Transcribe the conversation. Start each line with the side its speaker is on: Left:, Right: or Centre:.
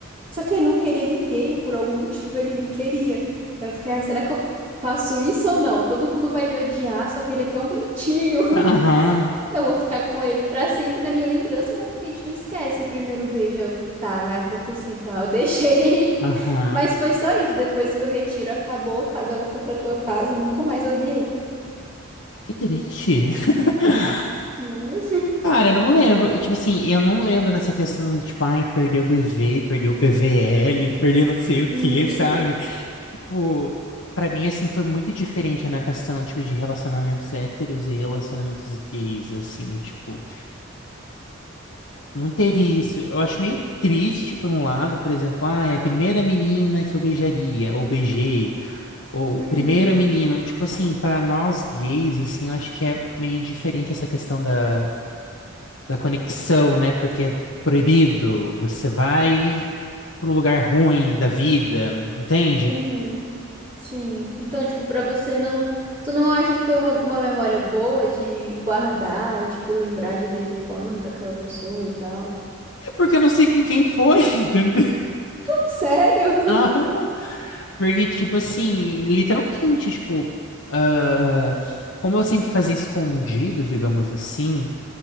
Right: Só que ele não queria ninguém, por algum motivo ele me queria. Aí Eu fiquei, ai, será que eu faço isso ou não? Todo mundo vai me odiar, só que ele é tão bonitinho. <laughs>
Left: Aham,
Right: Eu vou ficar com ele pra sempre na minha lembrança, né? Porque a gente não esquece o primeiro beijo. Eu, tá, vai acontecer então. Eu deixei.
Left: aham,
Right: Mas foi só isso. Depois que o retiro acabou, cada um foi pra tua casa e nunca mais ouvi ele.
Left: que triste. <laughs>
Right: Hum,
Left: Cara, eu não lembro. Tipo assim, eu não lembro dessa questão de, tipo, ai, perdeu o BV, perdeu o PVL, perdeu não sei
Right: Uhum,
Left: o que, sabe? Tipo, pra mim, assim, foi muito diferente na questão, tipo, de relacionamentos héteros e relacionamentos gays, assim, tipo, não teve isso. Eu acho meio triste, tipo, por um lado, por exemplo, ai, a primeira menina que eu beijaria, ou beijei, ou
Right: uhum,
Left: o primeiro menino, tipo assim, pra nós gays, assim, eu acho que é meio diferente essa questão da da conexão, né? Porque é proibido, você vai pro lugar ruim da vida, entende?
Right: uhum. Sim. Então, tipo, pra você não. Tu não acha que foi uma, uma memória boa de guardar e, tipo, lembrar de vez em quando daquela pessoa e tal?
Left: É porque eu não sei com quem foi, <laughs> entendeu?
Right: Sério?
Left: Aham. Porque, tipo assim, literalmente, tipo, ah, como eu sempre fazia escondido, digamos assim,